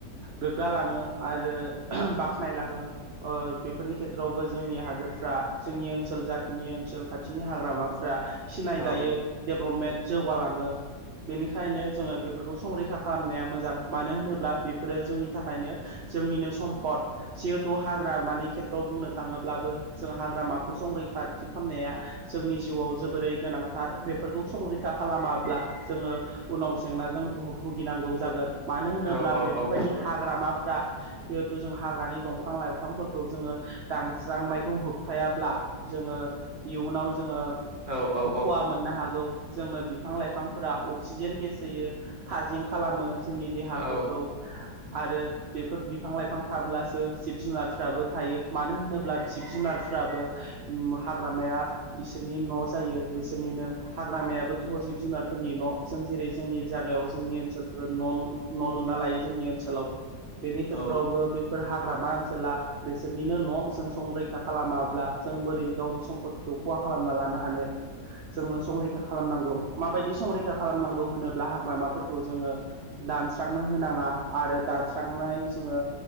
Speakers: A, on the right; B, on the right.
A: गोग्गालाङो आरो बाख्नायलाङो ओ बेफोरनि खेथ्रआवबो जोंनि हादोरफ्रा जोंनि ओनसोल जाखिनि ओ खाथिनि हाग्रामाफ्रा सिनायजायो
B: औ
A: डेभेलपमेन्ट जौगालाङो। बेनिखायनो जोङो बेफोरखौ संरैखा खालामनाया मोजां मानो होनोब्ला बेफोरो जोंनि थाखायनो जों जोंनिनो सम्पद जिहेथु हाग्रामानि खेथ्रआव बुंनो थाङोब्लाबो जों हाग्रामाखौ संरैखा खालामनाया जोंनि जिउआव जोबोरै गोनांथार बेफोरखौ संरैखा खालामाब्ला जोङो उनाव जेंनाजों भुगिनांगौ जागोन मानो होनोब्ला
B: औ औ
A: बेफोरबायदि हाग्रामाफ्रा जिहेतु जों हाग्रानि दंफां लाइफांफोरखौ जोङो दांस्रांनाय खौ होबथायाब्ला जोङो इयुनाव जोङो खहा
B: औ औ
A: मोननो हागौ जोंनो बिफां लाइफां अक्सिजेन गेस होयो थाजिम खालामो जोंनि देहाफोरखौ
B: औ
A: आरो बेफोर बिफां लाइफां थाब्लासो जिब जुनारफ्राबो थायो मानो होनोब्ला जिब जुनारफ्राबो हाग्रामाया इसोरनि न' जायो बिसोरनिनो हाग्रामायाबोथ' जिब जुनार फोरनि न' जों जेरै जोंनि जायागायाव जोंनि ओनसोलफोर न' न' लुना लायो जोंनि ओनसोलाव बेनि खेथ्र
B: औ
A: आवबो बेफोर हाग्रामा ओनसोल सोला बिसोरनिनो न' जों संरैखा खालामाब्ला जों बोरै गावनि सम्पतिखौ खहा खालामना लानो ना हानो। जोङो संरैखा खालामनांगौ माबायदि संरैखा खालामनांगौ होनोब्ला हाग्रामा जोङो दानस स्रांनो होनाङा, आरो दानस्रांनाय जोङो